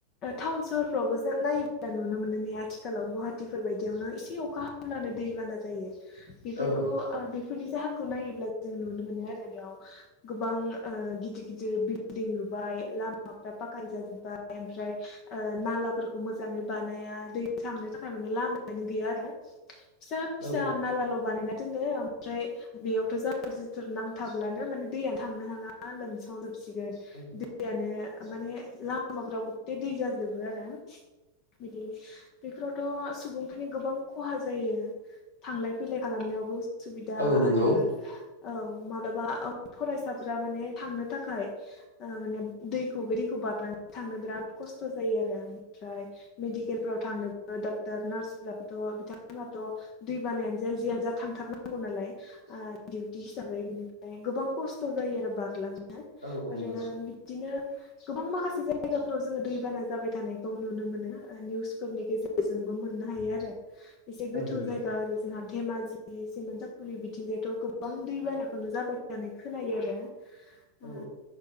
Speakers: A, on the left (about 35°); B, on the left (about 85°).
A: टाउन सहरफ्रावबो जों नायोब्ला नुनो मोनो नेै आथि आथिखालाव गुवाहाटिफोर बायदियावनो एसे अखा हायो ब्लानो दैबाना जायो बेफोरखौ
B: औ औ
A: ओ बे फोरनि जाहोनखौ नायोब्ला जों नुनो मोनो आरो बेयाव गोबां ओ गिदिर गिदिर बिल्डिं बाय ला माफ्र फाखानि जाजोबाय ओगफ्राय ओ नाला फोरखौ मोजांयै बानायाखै थांनो थाखाय माने लामायानो गैया आरो फिसा फिसा
B: औ
A: नालाल' बानायनाय बिदिनो ओमफ्राय बेयावथ' जाबोर जुथुर नांथाब्लानो माने दैय थांनो हाला लोमसावजोब सिगोन
B: औ
A: दैयानो माने लामाफ्राव गथे दै जाजोबो आरो बिदि बेफोरावथ' सुबुंफोरनि गोबां खहा जायो थांलाय फैलाय खालामनायावबो उसुबिदा
B: औ नंगौ
A: आरो औ माब्लाबा फरायसाफोरा माने थांनो थाखाय ओ माने दैखौ बोरै खौ बारनानै थांनो बिराद खस्थ' जायो आरो ओमफ्राय मेडिकेलफ्राव थांनोबो डक्टार नार्साबोथ' बिथांथ' दै बानायानो जा जियानो जा थांथारनांगौ नालाय ओ दिउथि हिाबैनि ओगफाय गोबां खस्थ' जायो आरो बारलां नो
B: औ औ
A: आरो
B: नंगौ
A: बिदिनो गोबां माखासे जायगाफ्राव जोङो दैबाना जाबाय थानायखौ नुनो मोनो निउस फोरनि गेजेरजोंबो मोननो हायो आरो एसे गोथौ
B: औ नंगौ
A: जायगा ओरै जोंहा धेमाजि सिमोनानसााफुरि बिथिंजायाथ' गोबां दैबाना खौ जाबाय थानाय होननानै खोनायो आरो उ
B: औ